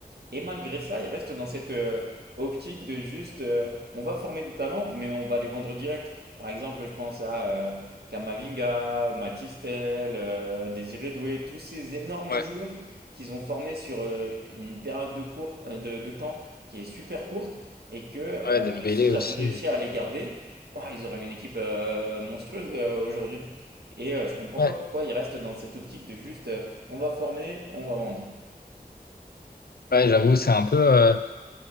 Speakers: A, on the right; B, on the left.
A: Et malgré ça, ils restent dans cette euh, optique de juste, euh, on va former des talents, mais on va les vendre direct. Par exemple, je pense à euh, Kamavinga, Matistel, euh, Désiré Doué, tous ces énormes
B: ouais,
A: joueurs qu'ils ont formés sur euh, une période de, cours, euh, de, de temps qui est super courte et que euh,
B: ouais, Dembélé
A: s'ils
B: aussi.
A: avaient réussi à les garder, oh, ils auraient une équipe euh, monstrueuse euh, aujourd'hui. Et euh, je comprends
B: Ouais,
A: pas pourquoi ils restent dans cette optique de juste, euh, on va former, on va vendre.
B: ouais, j'avoue, c'est un peu. euh,